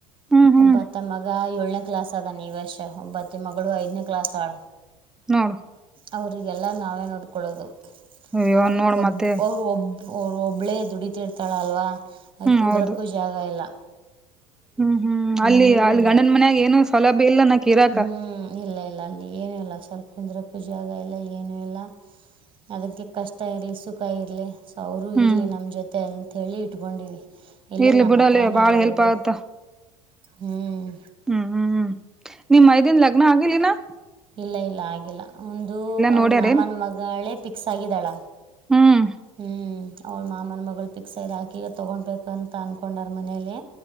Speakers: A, in the centre; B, on the right.
A: ಹ್ಮ್ ಹ್ಮ್
B: ಒಬ್ಬತ್ತ ಮಗ ಏಳನೇ ಕ್ಲಾಸ್ ಅದಾನ ಈ ವರ್ಷ ಒಬ್ಬತ್ತೆ ಮಗಳು ಐದ್ನೇ ಕ್ಲಾಸ್ ಆಳ
A: ನೋಡು
B: ಅವ್ರರಿಗೆಲ್ಲ ನಾವೇ ನೋಡ್ಕೊಳ್ಳೋದು
A: ಅಯ್ಯೋ
B: ಅವಳು
A: ನೋಡ್
B: ಒಬ್ಬ
A: ಮತ್ತೆ.
B: ಅವ್ರು ಒಬ್ಬ ಅವ್ರು ಒಬ್ಬಳೇ ದುಡಿತಿರ್ತಾಳಲ್ವ ಆ
A: ಹ್ಮ್
B: ಕುಂದ್ರಕ್ಕೂ
A: ಹೌದು
B: ಜಾಗ ಇಲ್ಲ
A: ಹ್ಮ್ ಹ್ಮ್ ಅಲ್ಲಿ
B: ಮನೆಯೂ
A: ಅಲ್ಲಿ
B: ಇಲ್ಲ
A: ಗಂಡನ ಮನ್ಯಾಗ ಏನು ಸೌಲಭ್ಯ ಇಲ್ಲ ನಾ ಇರಕ
B: ಹ್ಞೂ ಇಲ್ಲ ಇಲ್ಲ ಅಲ್ಲಿ ಏನುೂ ಇಲ್ಲ ಸ್ವಲ್ಪ ಕುಂದ್ರಕ್ಕ ಜಾಗ ಇಲ್ಲ ಏನು ಇಲ್ಲ ಅದಕ್ಕೆ ಕಷ್ಟ ಇರಲಿ ಸುಖ ಇರಲಿ ಅವರು
A: ಹ್ಮ್
B: ಇರ್ಲಿ ನಮ ಜೊತೆ ಅಂತ ಹೇಳಿ ಇಟ್ಕೊಂಡಿವಿ ಇಲ್ಲ
A: ಇರ್ಲಿ
B: ನನ್ನ
A: ಬಿಡಲೆ
B: ಹತ್ರನೇ
A: ಬಾಳ್
B: ಆದದಾರ
A: ಹೆಲ್ಪ್
B: ಇಬ್ಬರು
A: ಆಗತ್ತ
B: ಹ್ಮ್
A: ಹ್ಮ್ ಹ್ಮ್ ಹ್ಮ್ ನಿಮ್ ಮೈದನ್ ಲಗ್ನ ಆಗಲಿನ <inaudible>
B: ಇಲ್ಲ ಇಲ್ಲ ಆಗಿಲ್ಲ ಒಂದು ಅವ್ರ
A: ನೋಡ್ಯಾರೇನ್
B: ಮಾಮನ ಮಗಳೇ ಫಿಕ್ಸ್ ಆಗಿದ್ದಾಳ
A: ಹ್ಮ್
B: ಹ್ಮ್ ಅವ್ಳ ಮಾಮನ ಮಗಳು ಪಿಕ್ ಸೈದು ಹಾಕಿಗೆ ತೊಗೊಬೇಕು ಅಂತ ಅಂದ್ಕೊಂಡಾರ ಮನೇಲಿ